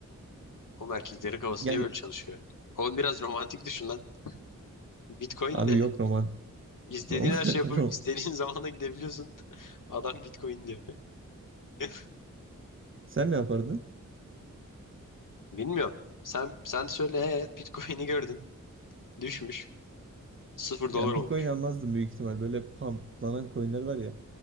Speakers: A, on the left; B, on the right.
A: Oğlum erkeklerin kafası
B: Yani
A: niye böyle çalışıyor? Oğlum biraz romantik düşün lan. Bitcoin
B: abi
A: ne?
B: yok roman.
A: İstediğin
B: Roman.
A: her şey yapıp
B: <laughs> rom-
A: istediğin <laughs> zamana gidebiliyorsun. <laughs> Adam Bitcoin diyor. <laughs>
B: Sen ne yapardın?
A: Bilmiyorum. Sen sen söyle evet Bitcoin'i gördün. Düşmüş. Sıfır dolar
B: Ya
A: olmuş.
B: Bitcoin almazdım büyük ihtimal. Böyle pumplanan coinler var ya.